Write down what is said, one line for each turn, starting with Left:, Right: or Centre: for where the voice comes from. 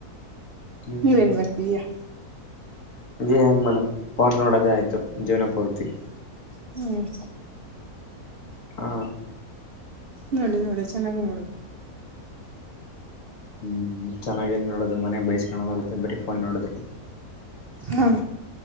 Left: ಹ್ಮ್
Right: ನೀವು ಏನ್ ಮಾಡ್ತೀದಿಯಾ.
Left: ಏನ್ ಮೇಡಮ್ ಫೋನ್ ನೋಡೋದೇ ಆಯ್ತು ಜೀವನ ಪೂರ್ತಿ
Right: ಹ್ಮ್
Left: ಹಾ
Right: ನೋಡು ನೋಡು ಚೆನ್ನಾಗ್ ನೋಡು
Left: ಹ್ಮ್ ಚೆನ್ನಾಗಿ ಎಲ್ಲಿ ನೋಡೋದು ಮನೆಗ್ ಬೈಸ್ಕೊದಗುತ್ತೆ ಬರಿ ಫೋನ್ ನೋಡದ್ರರು
Right: ಹಾ